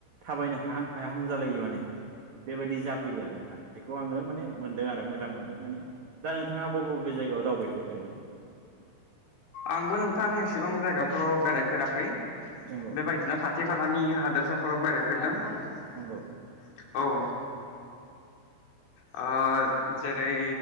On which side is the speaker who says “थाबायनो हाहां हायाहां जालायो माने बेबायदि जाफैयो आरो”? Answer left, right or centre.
Right